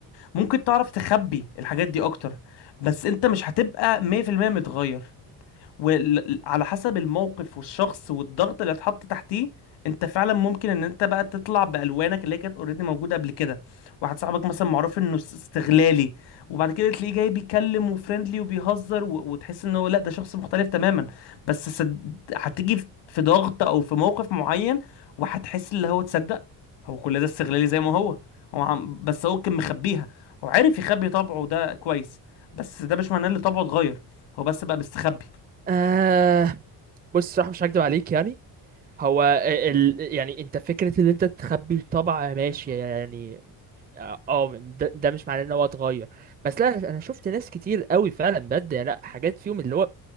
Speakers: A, on the left; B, on the right.
A: ممكن تعرف تخبي الحاجات دي اكتر بس انت مش هتبقى 100% متغير وعلى حسب الموقف والشخص والضغط اللي اتحط تحتيه انت فعلا ممكن ان انت بقى تطلع بالوانك اللي هي كانت اوريدي موجوده قبل كده واحد صاحبك مثلا معروف انه است- استغلالي وبعد كده تلاقيه جاي بيتكلم وفريندلي وبيهزر و... وتحس ان هو لا ده شخص مختلف تماما بس صد... هتيجي في في ضغط او في موقف معين وهتحس اللي هو تصدق هو كل ده استغلالي زي ما هو هو عم... بس هو كان مخبيها هو عارف يخبي طبعه ده كويس بس ده مش معناه ان طبعه اتغير هو بس بقى مستخبي
B: آه بص صراحة مش هكدب عليك يعني هو ال... ال- يعني انت فكرة ان انت تخبي الطبع ماشي يعني اه آه، ده, ده مش معناه ان هو اتغير بس لا انا شفت ناس كتير قوي فعلا بجد يعني لا حاجات فيهم اللي هو